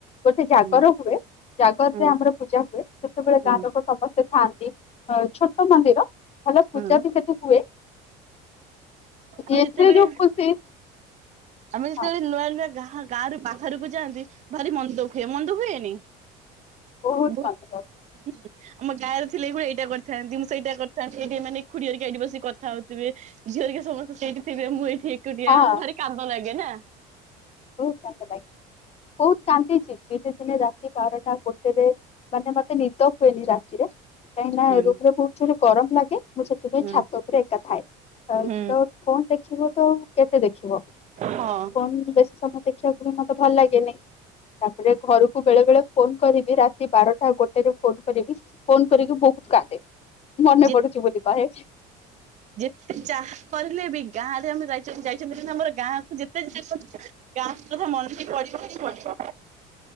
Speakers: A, on the left; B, on the right.
A: ଗୋଟେ ଜାଗର
B: ହୁଁ
A: ହୁଏ। ଜାଗରରେ
B: ହୁଁ
A: ଆମର ପୂଜା ହୁଏ ସେତେବେଳେ
B: ହୁଁ
A: ଗାଁ ଲୋକ ସମସ୍ତେ ଥାଆନ୍ତି ଅ ଛୋଟ ମନ୍ଦିର। ଭଲ ପୂଜା
B: ହୁଁ
A: ବି ସେଠି ହୁଏ
B: ଆମେ
A: ଏଥିରେ
B: ଯେତେବେଳେ
A: ଯୋଉ ଖୁସି
B: ଆମେ ଯେତେବେଳେ
A: ହଁ
B: ନୂଆ ନୂଆ ଗାଁ ଗାଁରୁ ବାହାରକୁ ଯାଆନ୍ତି ଭାରି ମନ ଦୁଃଖ। ସେମନ୍ଦ ହୁଏନି
A: ବହୁତ
B: <unintelligible>
A: ମନ୍ଦିର
B: ଆମ ଗାଁରେ ଥିଲେ ଏଇଳି ଏଇଟା କରି ଥାନ୍ତି ମୁଁ ସେଇଟା କରିଥାନ୍ତି ଏଇଠି ଏମାନେ ଖୁଡି ଖୁଡିଆରିକ ଏଠି ବସିକି କଥାଉ ଥିବେ ଝିଅରିକା ସମସ୍ତେ ସେଇଠି ଥିବେ ମୁଁ ଏଇଠି ଏକୁଟିଆ
A: ହଁ
B: ଭାରି କାନ୍ଦ ଲାଗେ ନା।
A: ବହୁତ କାନ୍ଦ ଲାଗଛି ବହୁତ କାନ୍ଦିଛି ଦିନେ ଦିନେ ରାତି ବାର ଟା ଗୋଟେ ରେ। ମାନେ ମତେ ନିଦ ହୁଏନି ରାତିରେ କାହିଁକି ନା
B: ହୁଁ
A: ରୁମରେ ବହୁତ୍ ଜୋରେ ଗରମ ଲାଗେ। ମୁଁ ସେଥିପାଇଁ
B: ହୁଁ।
A: ଛାତ ଉପରେ ଏକା ଥାଏ
B: ହୁଁ
A: ତ ଫୋନ ଦେଖିବ ତ କେତେ ଦେଖିବ।
B: ହଁ
A: ଫୋନ କୁ ବେଶୀ ସମୟ ଦେଖିବାକୁ ବି ମତେ ଭଲ ଲାଗେନି। ତାପରେ ଘରକୁ ବେଳେବେଳେ ଫୋନ କରିବି ରାତି ବାରଟା ଗୋଟେରେ ଫୋନ କରିବି। ଫୋନ କରିକି ବହୁତ କାନ୍ଦେ ମନେ
B: ଯେ
A: ପଡୁଛି ବୋଲି କହେ।
B: ଯେତେ ଯାହା କରିଲେ ବି ଗାଁ ରେ ଆମେ ଯାଇ ଯାଇଛନ୍ତି ଆମର ଗାଁକୁ ଯେତେ ଯାହା ଗାଁ କଥା ମନେ ପଡିବ ପିଡିବ।